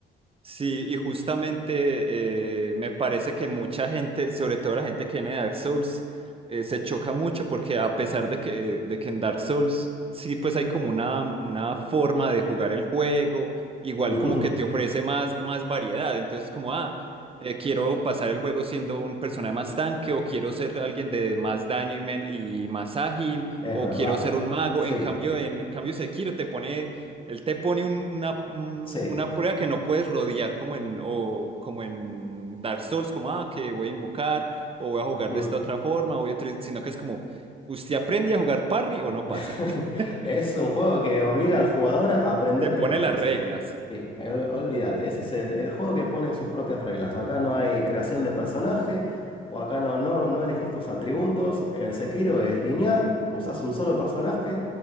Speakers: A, on the right; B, on the left.
A: Sí, y justamente eh, me parece que mucha gente, sobre todo la gente que viene de Dark Souls, eh, se choca mucho porque a pesar de que, de que en Dark Souls sí pues hay como una, una forma de jugar el juego, igual
B: <laughs>
A: como que te ofrece más, más variedad, entonces como, ah, eh, quiero pasar el juego siendo un personaje más tanque o quiero ser alguien de más daño y, men- y más ágil
B: Es
A: o
B: verdad.
A: quiero ser un mago,
B: Sí,
A: en cambio, en, en cambio Sekiro te pone él te pone un- una, un-
B: sí.
A: una prueba que no puedes rodear como en, o como en Dark Souls, como, ah, que voy a invocar o voy a jugar
B: <laughs>
A: de esta otra forma, o voy a utilizar, sino que es como, ¿usted aprende a jugar parry o no
B: <laughs>
A: pasa? <laughs>
B: Es un juego que obliga al jugador a aprender
A: Te pone
B: el juego.
A: las
B: o
A: reglas.
B: sea, sí, el- olvídate, ese es el, el juego que pone sus propias reglas. Acá no hay creación de personaje, o acá no, no, no elegís tus atributos. El Sekiro es lineal, usás un solo personaje